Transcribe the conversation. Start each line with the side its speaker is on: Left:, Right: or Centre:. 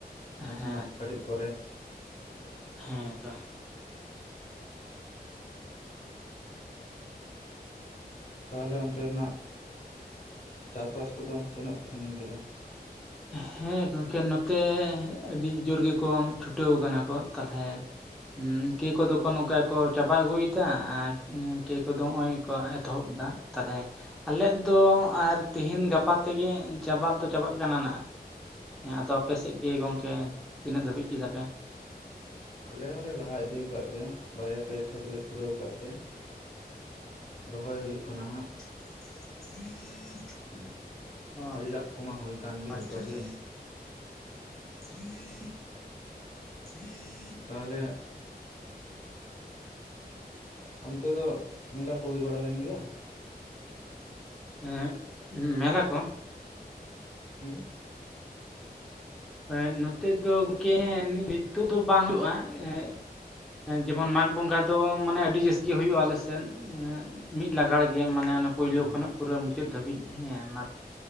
Left: ᱱᱟᱥᱮᱱᱟᱜ
Centre: ᱦᱮᱸ
Left: ᱠᱟᱹᱴᱤᱜ ᱯᱚᱨᱮ᱾
Centre: ᱦᱮᱸ ᱛᱚ,
Left: ᱛᱟᱦᱚᱞᱮ ᱚᱱᱛᱮᱱᱟᱜ ᱪᱟᱥ ᱵᱟᱥ ᱠᱚᱫᱚ ᱛᱤᱱᱟᱹᱜ ᱯᱮ ᱥᱟᱺᱜᱤᱧ ᱠᱮᱫᱟ?
Centre: ᱦᱮᱸ ᱜᱚᱝᱠᱮ ᱱᱚᱛᱮ ᱟᱹᱰᱤ ᱡᱳᱨ ᱜᱮᱠᱚ ᱪᱷᱩᱴᱟᱹᱣ ᱠᱟᱱᱟ ᱠᱚ ᱛᱟᱞᱦᱮ, ᱩᱸ ᱠᱮ ᱠᱚᱫᱚ ᱠᱚ ᱱᱚᱝᱠᱟ ᱠᱚ ᱪᱟᱵᱟ ᱟᱹᱜᱩᱭᱫᱟ ᱟᱨ ᱩᱸ ᱠᱮ ᱠᱚᱫᱚ ᱦᱚᱸᱜ-ᱚᱭ ᱠᱚ ᱮᱛᱚᱦᱚᱵ ᱫᱟ᱾ ᱛᱟᱦᱚᱞᱮ ᱟᱞᱮ ᱫᱚ ᱟᱨ ᱛᱮᱦᱮᱧ ᱜᱟᱯᱟ ᱛᱮᱜᱮ ᱪᱟᱵᱟᱜ ᱫᱚ ᱪᱟᱵᱟᱜ, ᱠᱟᱱᱟ ᱱᱟᱦᱟᱸᱜ ᱾ᱦᱮᱸ ᱟᱫᱚ ᱟᱯᱮ ᱥᱮᱜ ᱜᱮ ᱜᱚᱝᱠᱮ ᱛᱤᱱᱟᱹᱜ ᱫᱷᱟᱹᱵᱤᱜ ᱠᱮᱫᱟ ᱯᱮ?
Left: ᱟᱞᱮ ᱦᱚᱞᱮ ᱞᱟᱦᱟ ᱤᱫᱤᱣ ᱠᱟᱜ ᱜᱮᱭᱟ ᱵᱟᱨᱭᱟ ᱯᱮᱭᱟ ᱠᱷᱮᱛ ᱞᱮ ᱯᱩᱨᱟᱹᱣ ᱠᱟᱜ ᱜᱮᱭᱟ᱾ ᱨᱚᱦᱚᱭ ᱦᱩᱭᱩᱜ ᱠᱟᱱᱟ ᱦᱟᱸᱜ᱾
Centre: <inaudible>
Left: ᱩᱸ
Centre: ᱚ
Left: ᱟᱹᱲᱤ ᱞᱟᱜ ᱠᱚᱢᱟ ᱦᱩᱭ, ᱠᱟᱱ ᱜᱮ
Centre: ᱟᱪᱪᱷᱟ
Left: ᱡᱚᱛᱚ
Centre: ᱟᱪᱪᱷᱟ,
Left: ᱜᱮ
Centre: <inaudible> <inaudible>
Left: ᱛᱟᱦᱚᱞᱮ, ᱚᱱᱛᱮ ᱫᱚ ᱢᱮᱞᱟ ᱠᱚ ᱦᱩᱭ ᱵᱟᱲᱟ ᱞᱮᱱ ᱜᱮᱭᱟ?
Centre: ᱦᱮᱸ ᱢᱮᱞᱟ ᱠᱚ᱾
Left: ᱦᱩᱸ,
Centre: ᱦᱮᱸ ᱱᱚᱛᱮ ᱫᱚ ᱜᱚᱝᱠᱮ ᱱᱤᱛᱚᱜ ᱫᱚ ᱵᱟᱝ ᱦᱩᱭᱩᱜ-ᱟ᱾ ᱮᱸ ᱮᱸ ᱡᱮᱢᱚᱱ ᱢᱟᱜᱽ ᱵᱚᱸᱜᱟ ᱫᱚ ᱢᱟᱱᱮ ᱟᱹᱰᱤ ᱡᱟᱹᱥᱛᱤ ᱦᱩᱭᱩᱜ-ᱟ ᱟᱞᱮᱥᱮᱱ᱾ ᱩᱸ ᱢᱤᱜ ᱞᱟᱜᱟᱲ ᱜᱮ ᱢᱟᱱᱮ ᱚᱱᱟ ᱯᱩᱭᱞᱩ
Left: ᱚ
Centre: ᱠᱷᱚᱱᱟᱜ ᱯᱩᱨᱟᱹ ᱢᱩᱪᱟᱹᱫ ᱫᱷᱟᱹᱵᱤᱜ ᱦᱮᱸ᱾